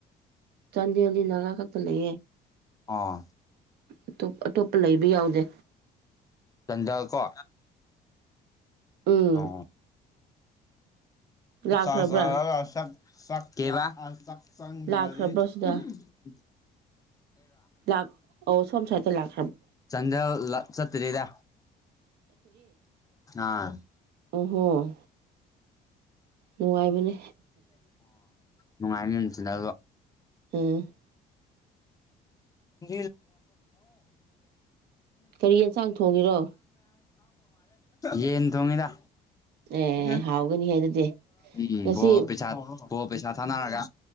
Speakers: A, on the right; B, on the left.
A: ꯆꯥꯟꯗ ꯂꯤ ꯅꯂ ꯀꯛꯇ ꯂꯩꯌꯦꯦ
B: ꯑꯥ
A: ꯑꯇꯣꯞ ꯑꯇꯣꯞꯄ ꯂꯩꯕ ꯌꯥꯎꯗꯦ
B: ꯆꯟꯗ ꯀꯣ
A: ꯎꯝ
B: ꯑ <unintelligible>
A: ꯂꯥꯛꯈ꯭ꯔꯕ꯭ꯔꯥ
B: ꯆꯥꯡꯗ꯭ꯔꯥꯗꯤ
A: ꯂꯥꯛꯈ꯭ꯔꯕ꯭ꯔꯥ ꯁꯤꯗ ꯂꯥꯛ ꯑꯣ ꯁꯁꯥꯇ ꯂꯥꯛ
B: ꯆꯗ ꯂ ꯆꯠꯇꯗ ꯑꯥ
A: ꯑꯍꯨꯝ ꯅꯨꯡꯉꯥꯏꯕꯅꯦ
B: ꯅꯨꯡꯉꯥꯏꯅꯤꯁꯤꯅ
A: ꯑꯝ
B: <unintelligible> ꯃꯥ
A: ꯀꯔꯤ ꯌꯦꯟꯁꯥꯡ ꯊꯣꯡꯉꯤꯔꯣ
B: ꯌꯦꯟ ꯇꯣꯡꯉꯗ
A: ꯑꯦ
B: <unintelligible>
A: ꯍꯥꯎꯒꯅꯤꯍꯦ ꯑꯗꯨꯗꯤ
B: ꯎꯝ
A: ꯉꯁꯤ
B: ꯕꯣ ꯄꯩꯁꯥ ꯚꯣꯠ ꯄꯩꯁꯥ ꯊꯥꯅꯔꯒ